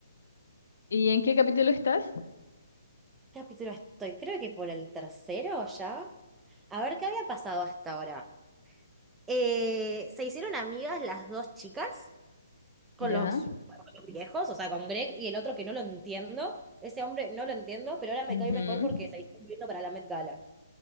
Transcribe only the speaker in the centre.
capítulo estoy? Creo que por el tercero ya. A ver, ¿qué había pasado hasta ahora? Eh, se hicieron amigas las dos chicas con
los, con los viejos, o sea, con Greg y el otro que no lo entiendo. Ese hombre no lo entiendo, pero ahora me
cae mejor porque se hizo viendo para la Met Gala.